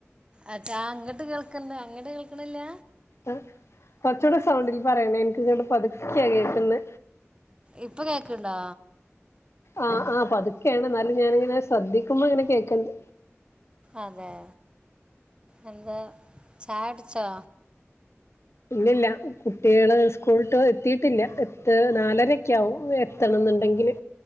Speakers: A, on the right; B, on the left.
A: അച്ചാ അങ്ങോട്ട് കേൾക്കണ്ട് അങ്ങോട്ട് കേൾക്കണില്ല?
B: ആ കുറച്ചൂ സൗണ്ടിൽ പറയണേ എനിക്ക് ഇങ്ങ ണ്ട് പതുക്കിയാ കേൾക്കുന്നത്.
A: ഇപ്പൊ കേക്കണ്ടോ?
B: ആഹ ആ് പതുക്കെയാണ് എന്നാലും ഞാന് നല്ല ഞാനിനെ ശ്രദ്ിക്കുമ്പോ ഇങ്ങനെ കേൾക്കണ്ട്.
A: അതെ എന്താ ചായടിച്ചോ
B: ഇല്ലില്ല കുട്ടികള് സ്കൂളട്ട് എത്തിട്ടില്ല എത്ത് നാലരക്കെ ആകും എത്തണം എന്നുണ്ടെങ്കില്.